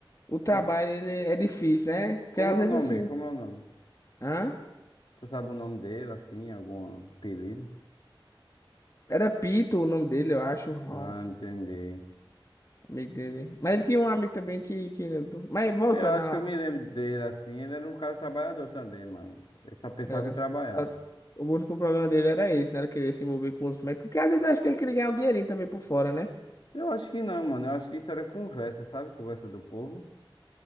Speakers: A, on the left; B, on the left.
A: o trabalho
B: Com-
A: ele é difícil, né? Porque
B: Como,
A: às
B: é
A: vezes
B: o nome?
A: assim.
B: Como é o nome?
A: Hã?
B: Tu sabe o nome dele, assim, algum apelido?
A: Era Pito o nome dele, eu acho. ó,
B: Ah, entendi.
A: amigo dele. Mas ele tinha um amigo também que, que... Mas voltando
B: Eu acho
A: a.
B: que eu me lembro dele, assim, ele era um cara trabalhador também, mano. Ele só pensava
A: Era.
B: em trabalhar.
A: Só- O único problema dele era esse, né? Era querer se envolver com os médicos. Porque às vezes eu acho que ele queria ganhar um dinheirinho também por fora, né?
B: Eu acho que não, mano. Eu acho que isso era conversa, sabe? Conversa do povo.